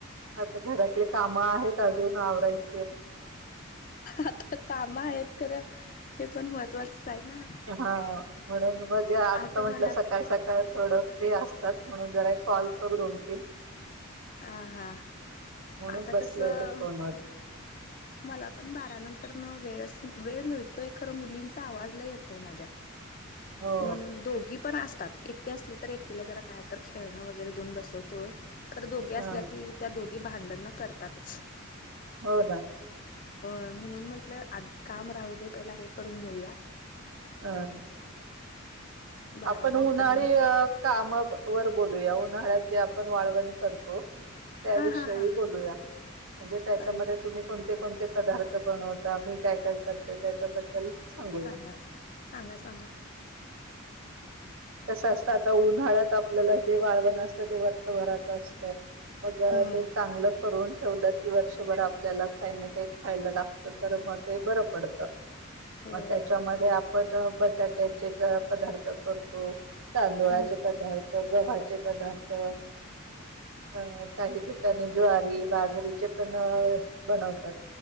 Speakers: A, on the right (about 70°); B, on the left (about 40°).
A: आता घरातले काम आहेत अजून करायची
B: आता काम आहेत खरं हे पण महत्त्वाचंच आहे ना
A: हा म्हणून मग आत्ता
B: आता
A: म्हंटलं
B: मला
A: सकाळ सकाळ थोडं फ्री असतात म्हणून जरा कॉल करूनतील
B: हा हा
A: म्हणून
B: आता
A: बसले
B: कसं
A: होते फोनवर
B: मला पण बाराानंतर न वेळच वेळ मिळतोय खरं मुलींचा आवाजला येतोय माझ्या
A: हो
B: म्हणून दोघी पण असतात एकटी असले तर एकटीला जरा काय तर खेळणं वगैरे देऊन बसवतोय खरं दोघे
A: हा
B: असल्या की त्या दोघी भांडण न करतातच
A: होतात
B: अ म्हणून म्हंटलं आदि काम राहू दे पहिला हे करून घेऊया
A: हा
B: बारा
A: आपण
B: नंतर
A: उन्हाळी
B: न
A: कामा वर बोलूया उन्हाळ्यात जे आपण वाळवण करतो त्याविषयी
B: हा हा हा
A: बोलूया म्हणजे
B: हा
A: त्याच्या
B: चालेल
A: तुम्ही कोणते कोणते पदार्थ बनवता मी काय काय करते त्याच्याबद्दल सांगूया
B: सांगा सांगा सांगा
A: तसं असतं आता उन्हाळ्यात आपल्याला जे वाळवण असतं ते वर्षभराचं असत मग
B: हम्म
A: ते चांगलं करून ठेवलं की वर्षभर आपल्याला काही ना काही खायला लागत तर मग ते बरं पडत
B: होय
A: मग त्याच्यामध्ये आपण बटाट्याचे पदार्थ करतो तांदुळाचे
B: हम्म
A: पदार्थ गव्हाचे पदार्थ अ काही ठिकाणी ज्वारी बाजरीचे पण बनवतात